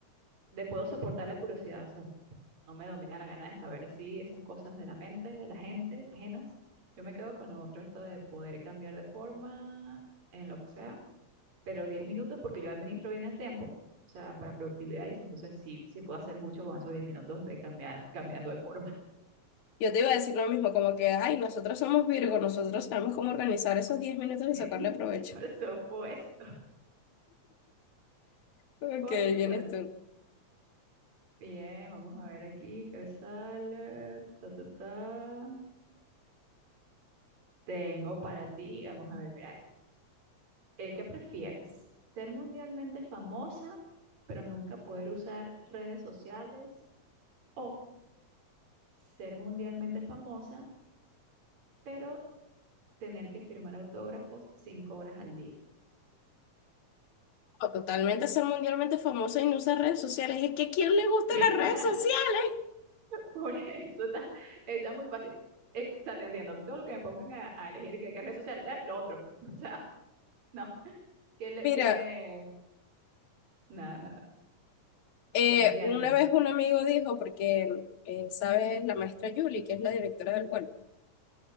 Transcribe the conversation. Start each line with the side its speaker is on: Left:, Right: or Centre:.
Right: de puedo soportar la curiosidad, o sea, no, no me domina la gana de saber así esas cosas de la mente, de la gente, ajenas. Yo me quedo con lo otro, esto de poder cambiar de forma en lo que sea pero 10 minutos porque yo administro bien el tiempo, o sea, para productividad y eso, entonces sí, sí puedo hacer mucho con esos diez minutos de cambiar, cambiando de forma.
Left: Yo te iba a decir lo mismo, como que, ay, nosotros somos Virgo, nosotros sabemos cómo organizar esos 10 minutos
Right: <laughs>
Left: y sacarle provecho.
Right: Por
Left: <laughs>
Right: supuesto,
Left: Ok,
Right: por
Left: vienes
Right: supuesto.
Left: tú.
Right: Bien, vamos a ver aquí qué sale. Ta, ta, ta. Tengo para ti, vamos a ver, mira esto. Eh, ¿qué prefieres? ¿Ser mundialmente famosa, pero nunca poder usar redes sociales? ¿O ser mundialmente famosa, pero tener que firmar autógrafos cinco horas al día?
Left: O totalmente ser mundialmente famosa y no usar redes sociales. Es que ¿a quién le gustan
Right: <laughs>
Left: las redes sociales?
Right: Por eso está, está muy fácil. Eh, o sea, te entiendo. A mí todo lo que me pongan a, a elegir que, que red social, eh, lo otro. <laughs> O sea, no. ¿Qué le,
Left: Mira,
Right: qué le? Nada, nada.
Left: eh,
Right: Te entiendo.
Left: una vez un amigo dijo, porque, eh, ¿sabes? La maestra Julie, que es la directora del vuelo,